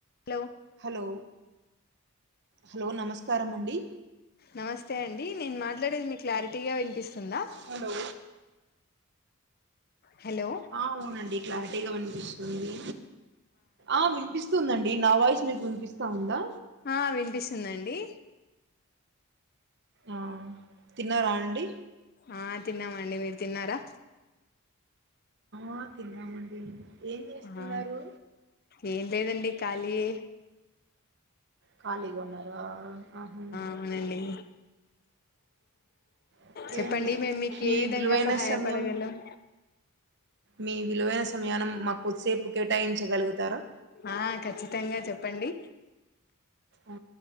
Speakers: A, on the left (about 45°); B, on the right (about 50°).
A: Hello
B: hello hello నమస్కారమండి
A: నమస్తే అండి నేను మాట్లాడేది మీక్ క్లారిటీగా వినిపిస్తుందా
B: హలో
A: హలో
B: ఆ అవునండి క్లారిటీగా వినిపిస్తుంది ఆ వినిపిస్తుందండి నా వాయిస్ మీకు వినిపిస్తా ఉందా
A: ఆ వినిపిస్తుందండి
B: ఆ తిన్నారా అండి
A: ఆ తిన్నామండి మీరు తిన్నారా
B: ఆ తిన్నామండి ఏం చేస్తున్నారు
A: ఆ ఏం లేదండి ఖాళీ ఏ
B: ఖాళీగా ఉన్నారా ఆహా
A: అవునండి
B: ఓకే
A: చెప్పండి
B: అండి
A: మేము మీకు
B: మీ
A: ఏ విధంగా
B: విలువైన
A: సహాయపడగలం
B: సమయం మీ విలువైన సమయానం మా కొద్దిసేపు కేటాయించగలుగుతారా
A: ఆ ఖచ్చితంగా చెప్పండి
B: ఆ